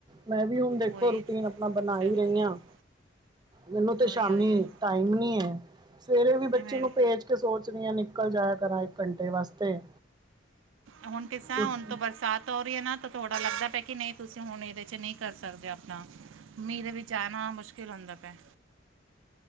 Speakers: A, on the right; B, on the right.
A: ਮੈਂ ਵੀ ਹੁਣ ਦੇਖੋ
B: ਉਹੀ
A: ਰੂਟੀਨ ਆਪਣਾ ਬਣਾ
B: ਚੱਲ
A: ਹੀ
B: ਰਿਹਾ।
A: ਰਹੀ ਹਾਂ, ਮੈਨੂੰ ਤੇ
B: ਉਹੀ
A: ਸ਼ਾਮੀ
B: ਉਹੀ ਉਹੀ
A: ਟਾਈਮ ਨੀ ਐ, ਸਵੇਰੇ ਵੀ
B: ਨਹੀਂ
A: ਬੱਚੇ
B: ਮੈਂ
A: ਨੂੰ ਭੇਜ ਕੇ ਸੋਚ ਰਹੀ ਆ ਨਿਕਲ ਜਾਇਆ ਕਰਾਂ। ਘੰਟੇ ਵਾਸਤੇ।
B: ਹੁਣ ਕੈਸਾ
A: ਕਿਉਂਕਿ
B: ਹੁਣ ਤੋਂ ਬਰਸਾਤ- ਤੋਰੀਏ ਨਾ ਤਾਂ ਥੋੜਾ ਲੱਗਦਾ ਪਿਆ ਕਿ ਨਹੀਂ ਤੁਸੀਂ ਹੁਣ ਇਹਦੇ 'ਚ ਨਹੀਂ ਕਰ ਸਕਦੇ ਆਪਣਾ। ਮੀਂਹ ਦੇ ਵਿੱਚ ਆਣਾ ਮੁਸ਼ਕਿਲ ਹੁੰਦਾ ਪਿਆ।